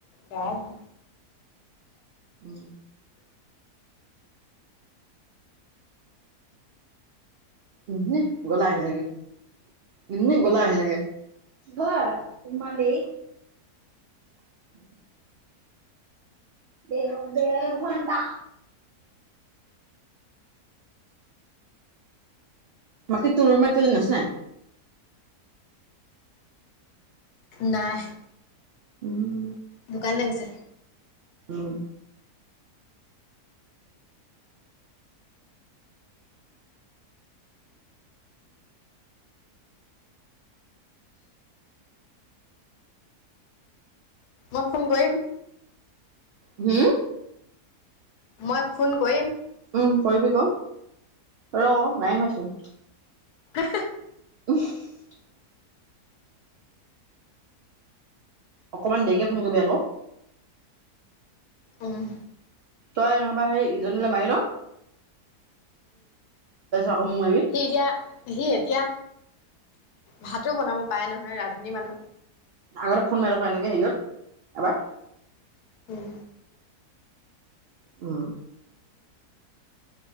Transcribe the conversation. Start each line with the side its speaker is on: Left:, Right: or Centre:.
Left: গা ধোলো।
Right: উম। এনেই গল আও আহিলেগে এনি গল আও আহিলেগে। <unintelligible> <inaudible> দেঅ দেৰ ঘন্টা। বাকী তো মাক কেইজনী আছে নাই?
Left: নাই।
Right: উম।
Left: দোকান লে গৈছে।
Right: উম।
Left: মই ফোন কৰিম।
Right: হুম।
Left: মই ফোন কৰিম।
Right: উম, কৰিবি ক ৰ নাই হোৱাচোন।
Left: হে হে।
Right: <unintelligible> অকণমান দেৰিকে ফোন কৰিবি আকৌ।
Left: উম।
Right: তাই নবা আহে ইজনলে মাৰিল। আকৌ মোক মাৰিবি।
Left: হি এতিয়া হি এতিয়া। ভাতো বনাব পাই নহয় ৰাধনী মানুহ।
Right: আগতে ফোন মাৰিক এনেকে হেৰি গত এবাৰ।
Left: উম।
Right: উ।